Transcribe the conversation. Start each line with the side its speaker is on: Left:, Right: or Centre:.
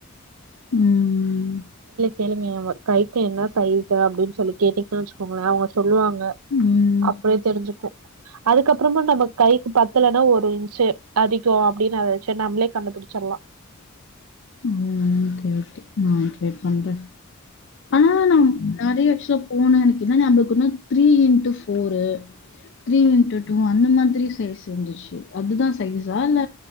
Left: ம்.
Right: கேளுங்க எ கைக்கி என்ன சைஸ் அப்டினு சொல்லி கேட்டிங்னா வச்சுக்கோங்களே அவுங்க சொல்லுவாங்க அ
Left: ம்.
Right: அப்டியே தெரிஞ்சுக்கூ அதுக்கப்புறமா நம்ம கைக்கு பத்தல னா ஒரு இன்ச்சு அதிகோ அப்டினு அத வச்சே நம்ளே கண்டுபுடிச்சிடலா
Left: ஆ ஓகே ஓகே நா ட்ரை பண்றே ஆனா நா நறையா ஆக்சுலா போன அண்ணக்கி ஞாபகொனா three into four three into two அந்த மாதிரி சைஸ் இந்துச்சு அதுதா சைஸா இல்ல